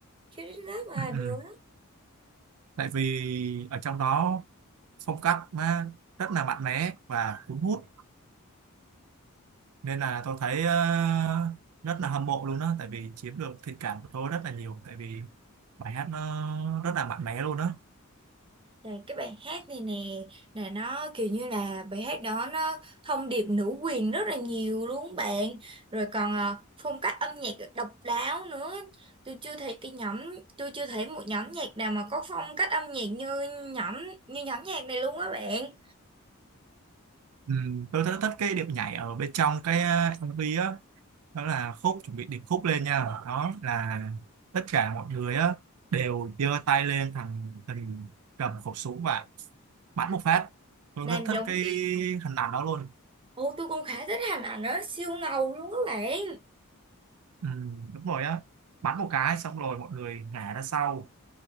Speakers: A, on the right; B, on the right.
A: Khi Love à
B: ừ,
A: được
B: ừ. tại vì ở trong đó phong cách nó rất là mạnh mẽ và cuốn hút nên là tôi thấy ờ, rất là hâm mộ luôn đó tại vì chiếm được thiện cảm của tôi rất là nhiều tại vì bài hát nó rất là mạnh mẽ luôn đó
A: Là cái bài hát này nè là nó kiểu như là bài hát đó nó thông điệp nữ quyền rất là nhiều luôn bạn rồi còn à, phong cách âm nhạc độc đáo nữa tôi chưa thấy cái nhóm tôi chưa thấy một nhóm nhạc nào mà có phong cách âm nhạc như nhóm như nhóm nhạc này luôn á bạn
B: ừ, tôi rất thích cái điệu nhảy ở bên trong cái ờ, MV á đó là khúc chuẩn bị điệp khúc lên nha đó là tất cả mọi người á đều giơ tay lên thằng hình cầm khẩu súng và bắn một phát tôi
A: làm
B: rất thích
A: giống
B: cái
A: cái
B: hình ảnh đó luôn
A: ô tôi cũng khá thích Hà ảnh nó siêu ngầu luôn các bạn
B: ừ, đúng rồi á bắn một cái xong rồi mọi người ngã ra sau